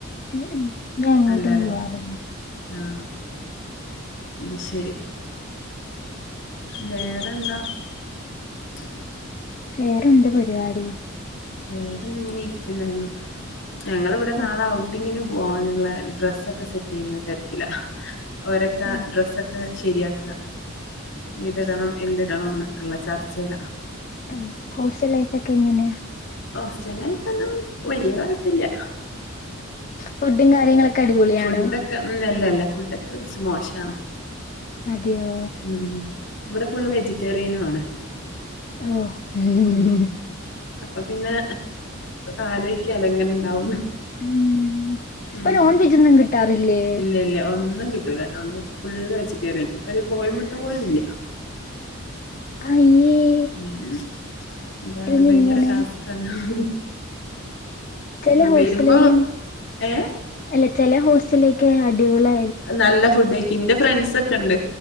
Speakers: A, on the left (about 40°); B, on the left (about 60°).
A: ഉം ഉം ഞാൻ അങ്ങോട്ടും
B: അല്ലല്ലേ
A: പോവാറില്ല.
B: ആഹ് ഇ ശരി വേറെന്താ <inaudible>
A: വേറെന്ത പരിപാടി
B: വേറെ എന്തങ്ങനെ ഇരിക്കുന്നന്നെ ഞങ്ങിവിടെ
A: ഹോ,
B: നാളെ ഔട്ടിങ്ങിന് പോവാനുള്ള ഡ്രസൊക്കെ സെറ്റ് ചെയ്യുന്ന തെരിക്കില ഓരൊക്കെ
A: ഏ,
B: ഡ്രസ്ക്കെ ശരിയാക്കുക ഏത്ടണം എന്തിടണം എന്നൊക്കെയള്ള ചർച്ചയില
A: ആഹ് ഹോസ്റ്റൽ ലൈഫക്കെ എങ്ങനെയ
B: ഹോസ്റ്റൽ ലൈഫ് ഒന്നും വലിയ കുഴപ്പില്ല
A: ഫുഡും കാര്യങ്ങളൊക്കെ അടിപൊളിയാണോ
B: ഫുഡൊക്കെ നല്ലല്ല ഫുഡൊക്കെ കുറച്ച് മോശാണ്
A: അതെയോ
B: ഉം ഇവിടെ ഫുള്ള് വെജിറ്റേറിയനും ആണ്
A: ഓഹ്
B: ഉം അപ്പൊ പിന്നെ ആലോചിക്കാലൊ അങ്ങനെ ഇണ്ടാവുന്നു
A: ഉം ഇപ്പൊ
B: ഉം
A: നോൺ വെജ് ഒന്നും കിട്ടാറില്ലേ
B: ഇല്ല ഇല്ല ഒന്നും കിട്ട നോൺ വെജ് ഫുള് വെജ കയറുണ്ട് ഒരുര് കോഴിമുട്ട പോലും ഇല്ല
A: അയ്യേ
B: ഉം അതാണ്
A: ഇതെന്താ
B: ഭയങ്കര
A: ഇങ്ങനെ
B: ടാസ്ക് ആഹ്
A: ചെല ഹോസ്റ്റലിലും
B: വരുമ്പോ ഏഹ്
A: അല്ല ചെല ഹോസ്റ്റലില് ഒക്കെ അടിപൊളി
B: നല്ല ഫുഡ് ആയി ഇന്റെ ഫ്രണ്ട്സ് ഒക്കെ ഉണ്ട്